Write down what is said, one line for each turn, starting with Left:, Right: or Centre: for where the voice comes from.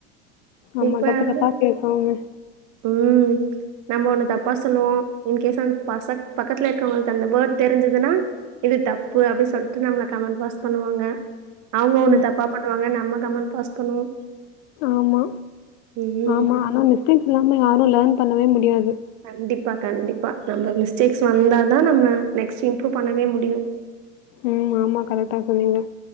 Left: ஆமா.
Right: இப்ப
Left: தப்பு
Right: வந்து
Left: தப்பா பேசுவோமே.
Right: ம் நம்ம ஒன்னு தப்பா சொல்லுவோ இன்கேஸ் அந் பசக் பக்கத்ல இருக்கவுங்கள்க்கு அந்த வேர்ட் தெரிஞ்சதுனா இது தப்பு அப்டி சொல்ட்டு நம்மள கமெண்ட் பாக்ஸ் பண்ணுவாங்க அவங்க ஒண்ணு
Left: ம்.
Right: தப்பா பண்ணுவாங்க நம்ம கம்மான்ஸ் பாஸ் பண்ணுவோ
Left: ஆமா
Right: ம்.
Left: ஆமா ஆனா மிஸ்டேக்ஸ் இல்லாம யாருமே லேர்ன் பண்ணவே முடியாது
Right: கண்டிப்பா கண்டிப்பா நம்ம மிஸ்டேக்ஸ் வந்தாதா நம்ம நெக்ஸ்ட் இம்ப்ரூவ் பண்ணவே முடியு
Left: ம் ஆமா கரெக்டா சொன்னிங்க